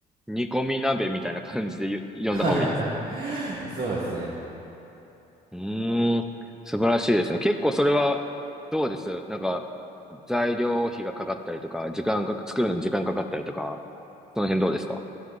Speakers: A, in the centre; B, on the right.
A: 煮込み鍋みたいな感じで呼んだ方がいいですかね。
B: はいはい。<laughs> そうですね。
A: うーん、素晴らしいですね。結構それは、どうですなんか、材料費がかかったりとか、時間が、作るのに時間かかったりとか、その辺どうですか